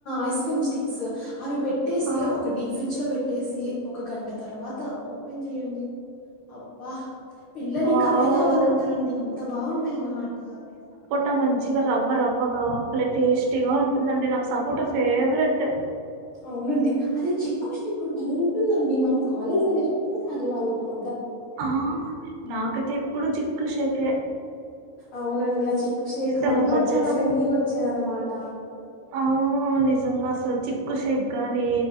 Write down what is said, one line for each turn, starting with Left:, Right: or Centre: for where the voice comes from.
Left: ఐస్ క్రీమ్ స్టిక్స్ అవి పెట్టేసి
Right: ఆ
Left: ఒక డీ ఫ్రిడ్జ్ లో పెట్ పెట్టేసి ఒక గంట తర్వాత ఓపెన్ చేయండి అబ్బా పిల్లలు
Right: వావ్
Left: ఇంక అవే కావాలంటారండి అంత బాగుంటాయ అన్నమాట
Right: ట మంచిగా రవ్వ రవ్వగా టేస్టీగా ఉంటుందండి నాకు సపోట ఫేవరెట్
Left: అవునండి అదే చిక్కు ఇప్పుడు బా ఉంటుందండి మనం కాలేజ్ దగ్గ ఎప్పుూ తాగేవాళ్ళమ్మ
Right: ఆ నాకతే ఎప్పుడు చి కృషిక
Left: అవున అ షేక్
Right: నిజంగా
Left: మనకు బడ్జెట్
Right: చాలా
Left: ఫ్రెండ్లీగా వచ్చేది అనమాట
Right: ఆ నిజంగా అసలు చిక్కు షేక్ గాని